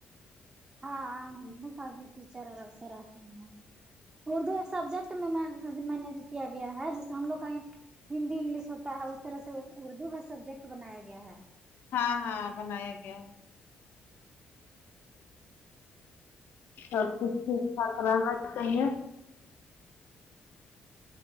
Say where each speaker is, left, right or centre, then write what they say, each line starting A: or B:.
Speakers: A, on the right (about 20°); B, on the left (about 70°).
A: ہاں
B: ہوں
A: کافی ٹیچر سرر سر آتی ہیں اردو ایک سبجیکٹ میں مینج کیا گیا ہے جیسے ہم لوگ کہیں ہندی انگلش ہوتا ہے اس طرح سے اردو کا سبجیکٹ بنایا گیا ہے
B: ہاں ہاں بنایا گیا سب کچھ ٹھیک ٹھاک رہنا چاہیے